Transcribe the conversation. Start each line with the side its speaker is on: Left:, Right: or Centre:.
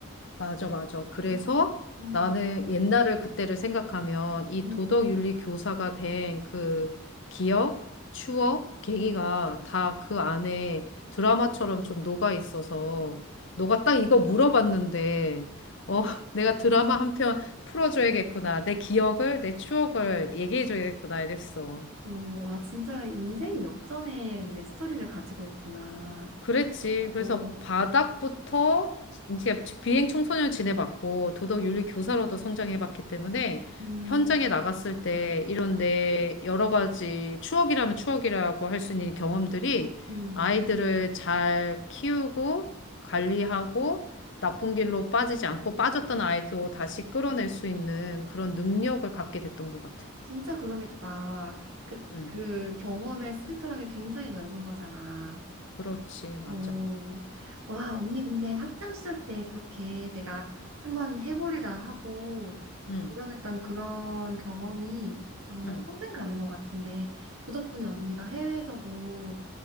Left: 맞아, 맞아. 그래서
Right: 음, 음,
Left: 나는 옛날을 그때를 생각하면 이
Right: 음.
Left: 도덕윤리 교사가 된 그 기억, 추억, 계기가 다 그 안에 드라마처럼 좀 녹아 있어서 너가 딱 이거 물어봤는데 어, <laughs> 내가 드라마 한편 풀어줘야겠구나. 내 기억을, 내 추억을 얘기해줘야겠구나 이랬어.
Right: 오, 와, 진짜 인생 역전의 내 스토리를 가지고 있구나.
Left: 그랬지. 그래서
Right: 어,
Left: 바닥부터 이제 비행 청소년 지내봤고 도덕 윤리 교사로도 성장해봤기 때문에
Right: 음,
Left: 현장에 나갔을 때 이런 내 여러 가지 추억이라면 추억이라고 할 수 있는 경험들이
Right: 음.
Left: 아이들을 잘 키우고 관리하고 나쁜 길로 빠지지 않고 빠졌던 아이도 다시 끌어낼 수 있는 그런 능력을 갖게 됐던 것 같아.
Right: 진짜 그러겠다. 그,
Left: 음.
Right: 그 경험의 스펙트럼이 굉장히 넓은 거잖아.
Left: 그렇지, 맞아.
Right: 어, 와, 언니 근데 학창 시절 때 그렇게 내가 한번 해보리라 하고
Left: 응,
Right: 일어났던 그런 경험이 정말
Left: 응.
Right: 평생 가는 것 같은데 그 덕분에 언니가 해외에서도